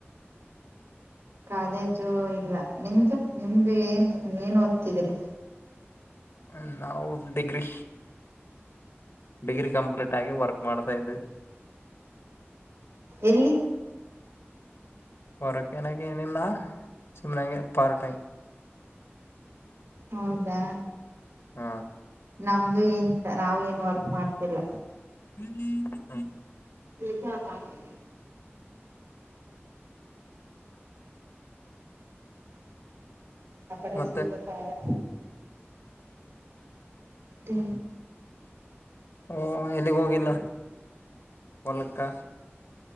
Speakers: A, on the right; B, on the left.
A: ಕಾಲೇಜು ಇಲ್ಲ ನಿಮ್ದು ನಿಮ್ದು ಏನ್ ಏನ್ ಓದ್ತಿದಿರಿ
B: ಹ ನಾವು ಡಿಗ್ರಿ ಡಿಗ್ರಿ ಕಂಪ್ಲೀಟ್ ಆಗಿ ವರ್ಕ್ ಮಾಡ್ತಾ ಇದೆವಿ
A: ಎಲ್ಲಿ..
B: ಹೊರಕ್ಕೆನಕ್ಕೆ ಏನಿಲ್ಲ ಸುಮ್ಮನೆ ಹಂಗೆ ಪಾರ ಟೈಮ
A: ಹೌದಾ..
B: ಹ್ಮ
A: ನಮ್ಮ ನಮ್ದು ಏನ್ ನಾವು ಏನ್ ವರ್ಕ್ ಮಾಡ್ ಇಲ್ಲ
B: <unintelligible>
A: ನಿಜ ಹಾಗೆ ಅಕಡೆ
B: ಮತ್ತೆ
A: ಸೀರೆ ತಾರಾ ತೀ
B: ಓ ಎಲ್ಲಿಗ್ ಹೋಗಿಲ್ಲ ಹೊಲಕ್ಕಾ